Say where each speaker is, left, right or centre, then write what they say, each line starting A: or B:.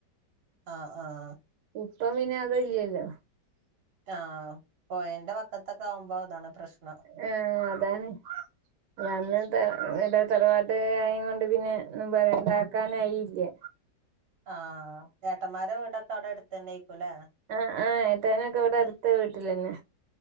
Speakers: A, on the right (about 45°); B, on the right (about 80°).
A: ആ ആഹ..
B: ഉപ്പം പിന്നെ അത് ഇല്ല്യല്ലോ.
A: ആഹ പോയന്റെ വക്കത്തൊക്കവുബോ ഇതാണ് പ്രശ്നം.
B: ആആ. അതാണ്.. അ അന്ന് ഇട തറവാട്ട്കായും കൊണ്ട് പിന്നെ ഒന്നും പറ ക്കാനായില്ലേ.
A: ആഹ ഏട്ടന്മാരെ വീടൊക്കെ അവിടെ അടുത്തന്നെ യെകുലെ.
B: ആ ആഹ് ഏട്ടനൊക്കെ ഇവിടെ അടുത്ത വീട്ടിലന്നെ